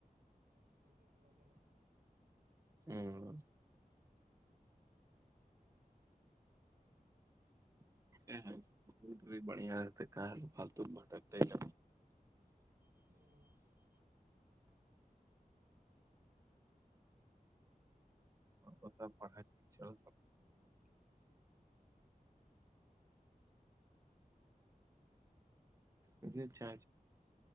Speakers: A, on the right; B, on the right.
A: کھ ج لگل ہیں <unintelligible>
B: ہاں <unintelligible> ا ب بھی بڑیا رہتے ک فالتو بٹک د ل
A: ہوں <unintelligible>
B: ات پڑھائی چل
A: ہاں ٹھیک چ تو <unintelligible>
B: ای اچھا